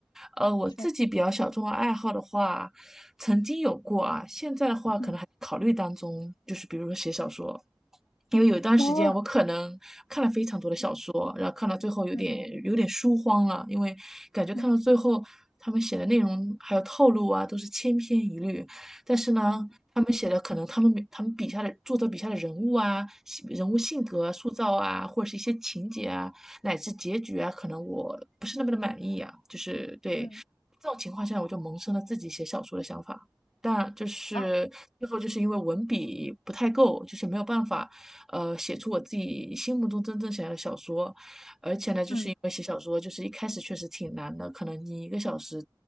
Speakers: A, in the centre; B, on the left.
A: 呃，我自己比较小众的爱好的话，
B: 是，
A: 曾经有过啊，现在的话可能还考虑当中，
B: 嗯
A: 就是比如说写小说。
B: 嗯哦，
A: 因为有一段时间我可能看了非常多的小说，
B: 嗯
A: 然后看到最后有点有点书荒了，
B: 嗯
A: 因为感觉看到最后他们写的内容还有套路啊都是千篇一律，
B: 嗯
A: 但是呢，
B: 嗯
A: 他们写的可能他们他们笔下的作者笔下的人物啊、人物性格啊塑造啊，或者是一些情节啊，乃至结局啊，可能我不是那么的满意啊，就是对
B: 嗯嗯
A: 这种情况下，我就萌生了自己写小说的想法。但就是最后就是因为文笔不太够，
B: 哦，
A: 就是没有办法，呃，写出我自己心目中真正想要的小说。而且呢，就是因为写小说，
B: 嗯
A: 就是一开始确实挺难的，可能你一个小时